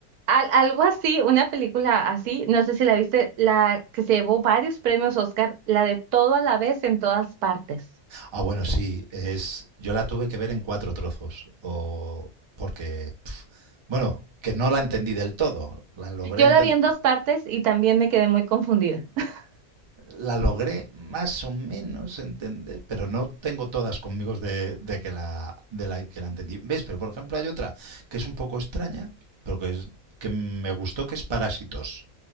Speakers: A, on the right (about 80°); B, on the right (about 50°).
A: al- algo así, una película así, no sé si la viste, la que se llevó varios premios Oscar, la de Todo a la vez en todas partes.
B: Ah, bueno, sí, es, yo la tuve que ver en cuatro trozos, o porque, pf, bueno, que no la entendí del todo, la logré
A: Yo
B: enten-
A: la vi en dos partes y también me quedé muy confundida. <laughs>
B: la logré más o menos entender, pero no tengo todas conmigo de, de, que, la, de la, que la entendí. ¿Ves? Pero por ejemplo hay otra que es un poco extraña, pero que, es, que me gustó, que es Parásitos.